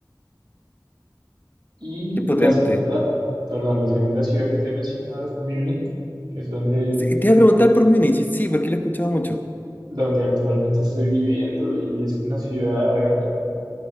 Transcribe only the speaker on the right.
Y
la segunda, perdón, la segunda ciudad que te mencionaba es Múnich, que es donde,
donde actualmente estoy viviendo y es una ciudad